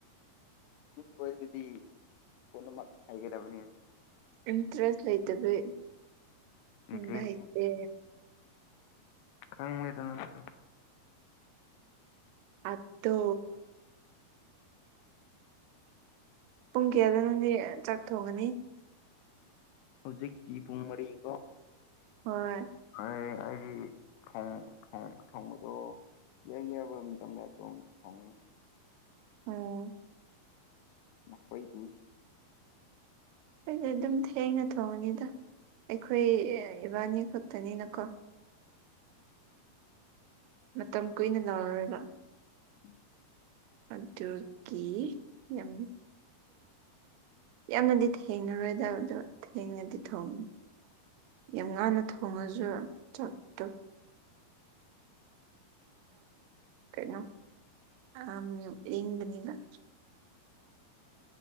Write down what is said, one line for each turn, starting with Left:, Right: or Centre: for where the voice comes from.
Left: ꯃꯤ ꯑꯣꯏꯕꯗꯤ ꯄꯨꯝꯅꯃꯛ ꯍꯩꯒꯗꯕꯅꯤꯅ
Right: ꯏꯟꯇ꯭ꯔꯦꯁ ꯂꯩꯇꯕ
Left: ꯏꯟꯇ꯭ꯔꯦꯁ
Right: ꯍꯥꯏꯇꯦ
Left: ꯈꯪꯉꯦꯗ ꯅꯪꯁꯨ
Right: ꯑꯠꯇꯣ ꯄꯨꯡ ꯀꯌꯥꯗ ꯅꯪꯗꯤ ꯆꯥꯛ ꯊꯣꯡꯒꯅꯤ
Left: ꯍꯧꯖꯤꯛꯇꯤ ꯄꯨꯡ ꯃꯔꯤ ꯀꯣ
Right: ꯍꯣꯏ
Left: ꯍ ꯑꯩꯗꯤ ꯊꯣꯡ ꯊ ꯊꯣꯡꯕꯗꯣ ꯌꯥꯏ ꯌꯥꯕ ꯃꯇꯝꯗ ꯑꯗꯨꯝ ꯐꯪꯒꯅꯤ
Right: ꯑꯣꯝ
Left: ꯅ ꯍꯣꯏꯗꯅꯤ
Right: ꯑꯩꯗꯤ ꯑꯗꯨꯝ ꯊꯦꯡꯅ ꯊꯣꯡꯉꯅꯤꯗ ꯑꯩꯈꯣꯏ ꯏꯕꯥꯅꯤ ꯈꯛꯇꯅꯤꯅꯀꯣ ꯃꯇꯝ ꯀꯨꯏꯅ ꯂꯥꯎꯔꯔꯣꯏꯔ
Left: ꯎꯝ
Right: ꯑꯗꯨꯒꯤ ꯌꯥꯝꯅꯤ ꯌꯥꯝꯅꯗꯤ ꯊꯦꯡꯅꯔꯣꯏꯗꯕꯗꯣ ꯊꯦꯡꯅꯗꯤ ꯊꯣꯡꯉ ꯌꯥꯝ ꯉꯟꯅ ꯊꯣꯡꯉꯁꯨ ꯆꯥꯛꯇꯣ ꯀꯩꯅꯣ ꯑ ꯏꯪꯕꯅꯤꯅ